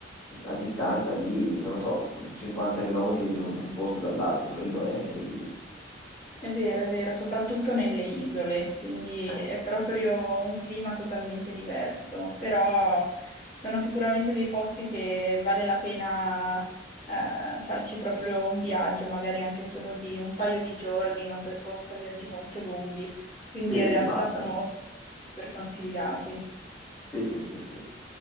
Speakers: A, on the left; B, on the left.
A: a distanza di, non lo so, 50 km di un posto dall'altro, quello è incredibile.
B: È vero, è vero, soprattutto nelle isole, quindi
A: Eh,
B: è
A: sì,
B: proprio un clima totalmente diverso, però sono sicuramente dei posti che vale la pena eh, farci proprio un viaggio, magari anche solo di un paio di giorni, non per forza viaggi molto lunghi, quindi
A: sì,
B: in realtà
A: sì, bastano.
B: sono s- super consigliati.
A: Sì, sì, sì, sì.